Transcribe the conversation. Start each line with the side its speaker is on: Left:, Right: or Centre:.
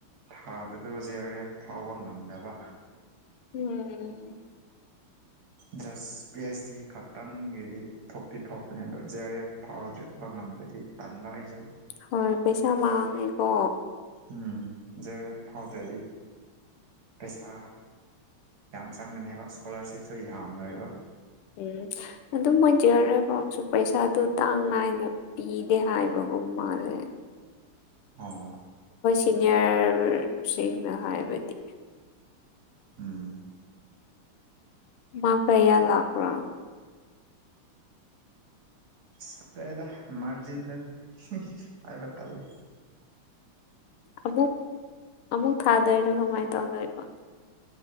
Right: ꯊꯥꯕꯗꯨ ꯖꯦ ꯑꯥꯔ ꯑꯐ ꯐꯥꯎꯕ ꯉꯝꯗꯕ
Left: ꯎꯝ
Right: ꯖꯁ ꯄꯤ ꯑꯩꯆ ꯗꯤ ꯈꯛꯇꯪꯒꯤꯗꯤ ꯊꯣꯛꯇꯤ ꯊꯣꯛꯄꯅꯤ ꯑꯗꯣ ꯖꯦ ꯑꯥꯔ ꯑꯦꯐ ꯐꯥꯎꯗ ꯉꯝꯗ ꯍꯥꯏꯗꯤ ꯇꯟꯕ ꯑꯩꯁꯨ
Left: ꯍꯣꯏ ꯄꯩꯁꯥ ꯃꯥꯡꯉꯦꯀꯣ
Right: ꯎꯝ ꯖꯦ ꯑꯥꯔ ꯑꯦꯐ ꯐꯥꯎꯗꯔꯗꯤ ꯄꯩꯁꯥ ꯌꯥꯝ ꯆꯪꯒꯅꯦꯕ ꯏꯁꯀꯣꯂꯥꯔꯁꯤꯞꯁꯨ ꯌꯥꯝꯔꯣꯏꯕ
Left: ꯎꯝ ꯑꯗꯨꯝ ꯃꯣꯏ ꯆꯔꯦꯐꯥꯎꯁꯨ ꯄꯩꯁꯥꯗꯨ ꯆꯥꯡ ꯅꯥꯏꯅ ꯄꯤꯗꯦ ꯍꯥꯏꯕ ꯃꯥꯜꯂꯦ
Right: ꯑꯣ
Left: ꯁꯤꯅꯤꯌꯥꯔ ꯁꯤꯡꯅ ꯍꯥꯏꯕꯗꯤ
Right: ꯎꯝ
Left: ꯃꯥꯔꯛ ꯀꯌꯥ ꯂꯥꯛꯄꯔ
Right: ꯁꯔꯦꯗ ꯃꯥꯔꯖꯟꯗꯅꯤ ꯍꯥꯏꯕ ꯇꯜꯂꯦ
Left: ꯑꯃꯨꯛ ꯑꯃꯨꯛ ꯊꯥꯗꯣꯏꯔꯣ ꯀꯃꯥꯏꯅ ꯇꯧꯗꯣꯏꯅꯣ